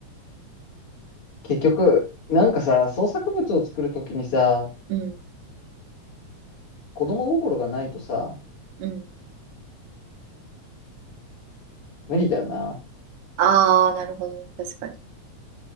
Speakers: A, on the left (about 50°); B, on the right (about 80°).
A: 結局、なんかさ、創作物を作るときにさ、
B: うん、
A: 子供心がないとさ、
B: うん。
A: 無理だよな。
B: ああ、なるほど。確かに、